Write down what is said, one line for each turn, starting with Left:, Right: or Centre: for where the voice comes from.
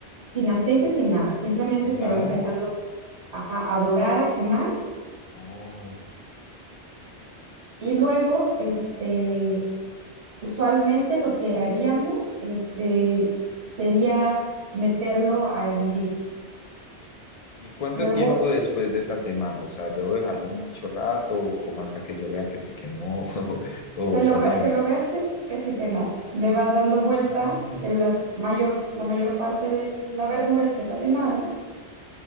Right: sin aceite, sin nada, simplemente
Left: nada.
Right: se va empezando ajá, a dorar, a quemar.
Left: Oh.
Right: Y luego, este, Usualmente lo que haríamos este, sería meterlo a hervir.
Left: ¿Y cuánto
Right: Luego
Left: tiempo después de tatemarlo? O sea, ¿debo dejarlo mucho rato o como hasta que yo vea que se quemó <laughs> o
Right: que lo,
Left: más
Right: ve-
Left: o menos?
Right: que lo veas que, que se quemó. Le vas dando vuelta,
Left: Ah,
Right: que la mayor, la mayor parte de la verdura esté tatemada